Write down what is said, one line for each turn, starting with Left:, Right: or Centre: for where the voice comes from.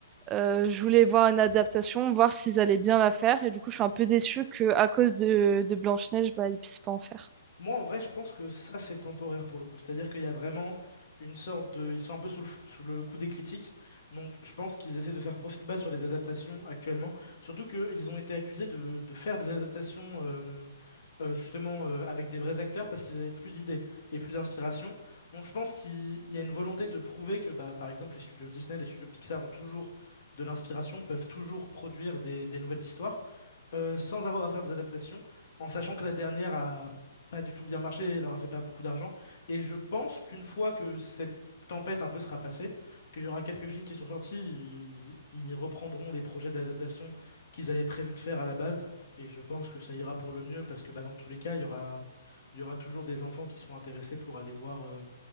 Right: euh, je voulais voir une adaptation, voir s'ils allaient bien la faire. Et du coup, je suis un peu déçue qu'à cause de, de Blanche-Neige, bah, ils ne puissent pas en faire.
Left: Moi, en vrai, je pense que ça, c'est temporaire pour le coup. C'est-à-dire qu'il y a vraiment une sorte de... Ils sont un peu sous le, f- sous le coup des critiques. Donc, je pense qu'ils essaient de faire profil bas sur les adaptations actuellement. Surtout qu'ils ont été accusés de, de faire des adaptations euh, euh, justement euh, avec des vrais acteurs parce qu'ils avaient plus d'idées et plus d'inspiration. Donc, je pense qu'il il y a une volonté de prouver que, bah, par exemple, les studios Disney, les studios Pixar ont toujours de l'inspiration, peuvent toujours produire des des nouvelles histoires euh, sans avoir à faire des adaptations, en sachant que la dernière a pas du tout bien marché et leur a fait perdre beaucoup d'argent. Et je pense qu'une fois que cette tempête un peu sera passée, qu'il y aura quelques films qui sont sortis, ils, ils reprendront les projets d'adaptation qu'ils avaient prévu de faire à la base. Et je pense que ça ira pour le mieux parce que bah, dans tous les cas, il y aura, il y aura toujours des enfants qui seront intéressés pour aller voir euh,